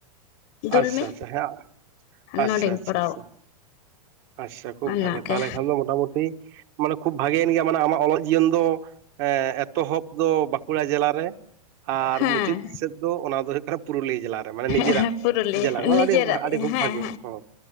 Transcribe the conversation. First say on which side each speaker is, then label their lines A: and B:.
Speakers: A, on the right; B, on the left.
A: ᱟᱪᱪᱷᱟ
B: ᱫᱩᱞᱢᱤ
A: ᱟᱪᱪᱷᱟ ᱦᱮᱸ ᱟᱪᱪᱷᱟ
B: ᱱᱚᱰᱮᱧ
A: ᱟᱪᱪᱷᱟ
B: ᱠᱚᱨᱟᱣ
A: ᱟᱪᱪᱷᱟ ᱟᱪᱪᱷᱟ ᱠᱷᱩᱵ
B: ᱚᱱᱟᱜᱮ
A: ᱵᱷᱟᱜᱮ ᱛᱟᱦᱚᱞᱮ ᱠᱷᱟᱱ ᱫᱚ ᱢᱳᱴᱟᱢᱩᱴᱤ ᱢᱟᱱᱮ ᱠᱷᱩᱵ ᱵᱷᱟᱜᱮᱭᱮᱱ ᱜᱮᱭᱟ ᱢᱟᱱᱮ ᱟᱢᱟᱜ ᱚᱞᱚᱜ ᱡᱤᱭᱚᱱ ᱫᱚ ᱮᱛᱚᱦᱚᱵ ᱫᱚ ᱵᱟᱸᱠᱩᱲᱟ ᱡᱮᱞᱟ ᱨᱮ ᱟᱨ
B: ᱦᱮᱸ
A: ᱢᱩᱪᱟᱹᱫ ᱥᱮᱫ ᱫᱚ ᱚᱱᱟ ᱫᱚ ᱦᱩᱭᱩᱜ ᱠᱟᱱᱟ ᱯᱩᱨᱩᱞᱤᱭᱟᱹ ᱡᱮᱞᱟᱨᱮ ᱢᱟᱱᱮ ᱱᱤᱡᱮᱨᱟᱜ
B: ᱦᱮᱸ ᱯᱩᱨᱩᱞᱤᱭᱟᱹ
A: ᱡᱮᱞᱟ ᱨᱮ
B: ᱱᱤᱡᱮᱨᱟᱜ
A: ᱟᱹᱰᱤ ᱟᱹᱰᱤ ᱠᱷᱩᱵ
B: ᱦᱮᱸ ᱦᱮᱸ
A: ᱵᱷᱟᱜᱮ ᱦᱚᱸ